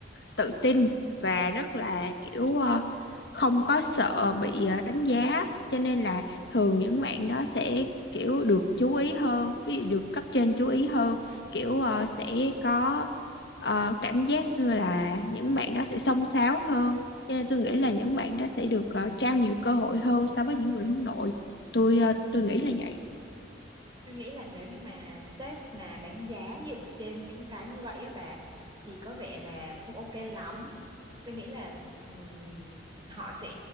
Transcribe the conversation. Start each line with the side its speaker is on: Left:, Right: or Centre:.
Left: tự tin và rất là kiểu ờ, không có sợ bị ờ, đánh giá cho nên là thường những bạn đó sẽ kiểu được chú ý hơn ví dụ được cấp trên chú ý hơn kiểu ờ, sẽ có ờ, cảm giác như là những bạn đó sẽ xông xáo hơn cho nên tôi nghĩ là những bạn đó sẽ được ờ, trao nhiều cơ hội hơn so với những người hướng nội tôi ờ, tôi nghĩ là vậy
Right: Tôi nghĩ là nếu như mà sếp mà đánh giá dựa trên những cái như vậy á bà thì có vẻ là không ok lắm. Tôi nghĩ là ừm, họ sẽ